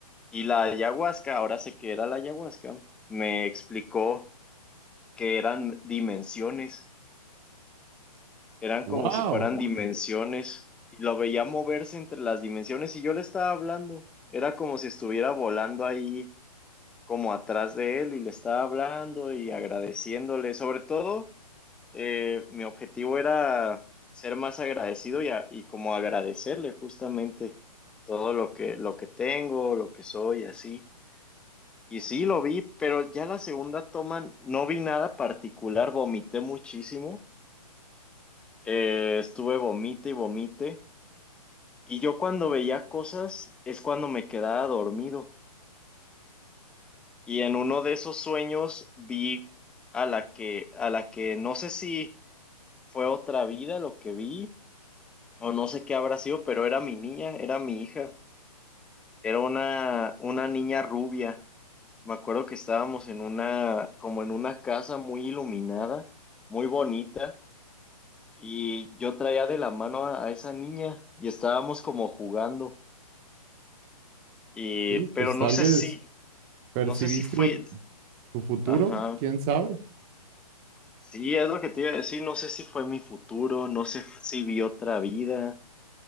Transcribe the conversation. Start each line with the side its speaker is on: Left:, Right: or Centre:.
Centre: y la ayahuasca, ahora sé que era la ayahuasca, me explicó que eran dimensiones, eran
Right: ¡Wow!
Centre: como si fueran dimensiones, y lo veía moverse entre las dimensiones, y yo le estaba hablando, era como si estuviera volando ahí como atrás de él y le estaba hablando y agradeciéndole. Sobre todo, eh, mi objetivo era ser más agradecido y, a- y como agradecerle justamente todo lo que, lo que tengo, lo que soy, así. Y sí, lo vi, pero ya la segunda toma no vi nada particular, vomité muchísimo, Eh, estuve vomite y vomite. Y yo cuando veía cosas es cuando me quedaba dormido. Y en uno de esos sueños vi a la que, a la que no sé si fue otra vida lo que vi, o no sé qué habrá sido, pero era mi niña, era mi hija. Era una, una niña rubia. Me acuerdo que estábamos en una, como en una casa muy iluminada, muy bonita, y yo traía de la mano a, a esa niña y estábamos como jugando. Y,
Right: Oye,
Centre: pero
Right: pues
Centre: no
Right: tal
Centre: sé
Right: vez
Centre: si,
Right: percibiste
Centre: no sé si fue,
Right: o- tu futuro,
Centre: ajá.
Right: quién sabe.
Centre: Sí, es lo que te iba a decir. No sé si fue mi futuro, no sé si vi otra vida.